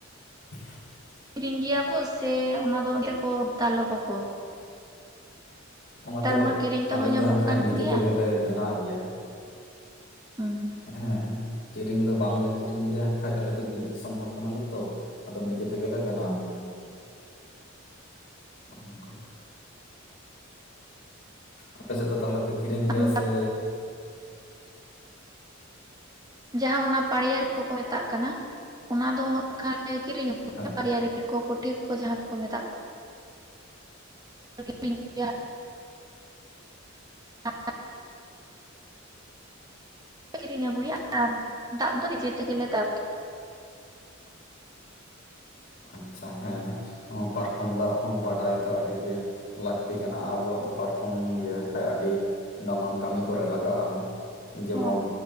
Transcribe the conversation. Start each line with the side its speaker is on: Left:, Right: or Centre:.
Left: <inaudible>
Right: ᱠᱤᱨᱤᱧ ᱜᱮᱭᱟ ᱠᱚ ᱥᱮ ᱚᱱᱟ ᱫᱚ ᱚᱱᱛᱮ ᱠᱚ ᱫᱟᱞᱚᱵᱟᱠᱚ᱾
Left: ᱚᱱᱟ ᱫᱚ
Right: ᱢᱟ ᱠᱤᱨᱤᱧ ᱛᱮᱦᱚᱸ
Left: ᱟᱞᱮ
Right: ᱧᱟᱢᱚᱜ
Left: ᱫᱚ ᱦᱟᱸᱠᱷᱟᱡ
Right: ᱠᱟᱱ
Left: ᱱᱤᱡᱮ
Right: ᱜᱮᱭᱟ
Left: ᱛᱮᱜᱮᱞᱮ ᱵᱮᱱᱟᱣ ᱜᱮᱭᱟ᱾
Right: ᱦᱩᱸ
Left: ᱦᱮᱸ ᱠᱤᱨᱤᱧ ᱫᱚ ᱵᱟᱝᱞᱮ ᱠᱤᱨᱤᱧ ᱜᱮᱭᱟ ᱦᱟᱸᱠᱷᱟᱡ ᱟᱞᱮ ᱫᱚ ᱵᱤᱨ ᱫᱤᱥᱚᱢ ᱦᱚᱲ ᱠᱟᱱᱟᱞᱮ ᱛᱚ ᱟᱫᱚ ᱱᱤᱡᱮ ᱛᱮᱜᱮᱞᱮ ᱵᱮᱱᱟᱣ ᱜᱮᱭᱟ᱾ ᱱᱚᱜᱼᱚ ᱱᱚᱝᱠᱟ᱾ ᱟᱯᱮ ᱥᱮᱫ ᱫᱚ ᱛᱟᱦᱚᱞᱮ ᱯᱮ ᱠᱤᱨᱤᱧ ᱜᱮᱭᱟ
Right: ᱦᱩᱸ
Left: ᱥᱮ
Right: ᱡᱟᱦᱟᱸ ᱚᱱᱟ ᱯᱟᱲᱭᱟᱨᱤ ᱠᱚᱠᱚ ᱢᱮᱛᱟᱜ ᱠᱟᱱᱟ ᱚᱱᱟ ᱫᱚ <inaudible>
Left: ᱦᱮᱸ
Right: ᱯᱟᱲᱭᱟᱨᱤ ᱠᱚ ᱠᱚᱴᱷᱮ ᱠᱚ ᱢᱟᱦᱟᱸ ᱠᱚ ᱢᱮᱛᱟᱜ <inaudible> <inaudible> ᱠᱤᱨᱤᱧ ᱟᱹᱜᱩᱭᱟ ᱟᱨ ᱫᱟᱵ ᱫᱚ ᱱᱤᱡᱮ ᱛᱮᱜᱮᱞᱮ ᱫᱟᱵ᱾
Left: ᱟᱪᱪᱷᱟ ᱦᱮᱸ ᱱᱚᱣᱟ ᱯᱟᱨᱠᱚᱢ ᱫᱟᱵ ᱦᱚᱸ ᱵᱟᱰᱟᱭ ᱫᱚ ᱟᱹᱰᱤ ᱜᱮ ᱞᱟᱹᱠᱛᱤ ᱠᱟᱱᱟ ᱟᱵᱚᱣᱟᱜ ᱫᱚ ᱯᱟᱨᱠᱚᱢ ᱜᱮᱭᱟ ᱠᱷᱟᱡ ᱟᱹᱰᱤ ᱫᱟᱢᱟᱱ ᱠᱟᱹᱢᱤ ᱠᱚᱨᱮᱜ ᱞᱟᱜᱟᱜᱼᱟ᱾ ᱡᱮᱢᱚᱱ
Right: ᱦᱚᱸ